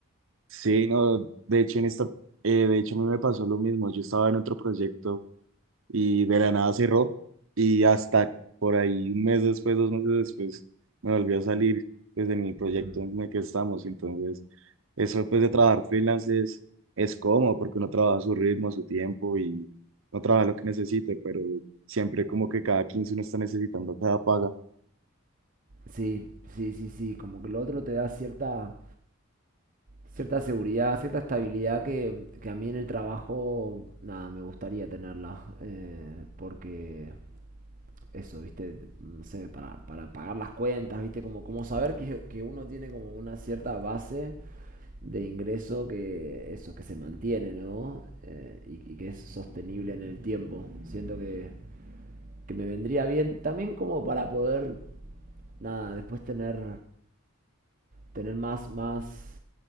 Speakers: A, on the right; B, on the right.
A: Sí, no, de hecho en esta, eh, de hecho a mí me pasó lo mismo. Yo estaba en otro proyecto y de la nada cerró y hasta por ahí un mes después, dos meses después, me volvió a salir pues en el proyecto
B: Em,
A: en el que estamos. Entonces, eso pues de trabajar freelance es, es cómodo porque uno trabaja a su ritmo, a su tiempo y no trabaja lo que necesite, pero siempre como que cada 15 uno está necesitando cada paga.
B: Sí, sí, sí, sí, como que lo otro te da cierta, cierta seguridad, cierta estabilidad que, que a mí en el trabajo, nada, me gustaría tenerla, eh, porque eso, viste, no sé, para, para pagar las cuentas, viste, como, como saber que, que uno tiene como una cierta base de ingreso que eso, que se mantiene, ¿no? Eh, y, y que es sostenible en el tiempo. Siento que, que me vendría bien también como para poder, nada, después tener tener más, más,